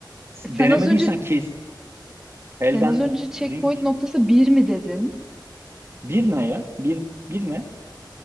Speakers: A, on the right; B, in the centre.
A: Denemediysen
B: Sen az önce
A: kes. Elden
B: sen az önce checkpoint
A: Ring
B: noktası bir mi dedin?
A: bir ne ya? Bir, bir ne?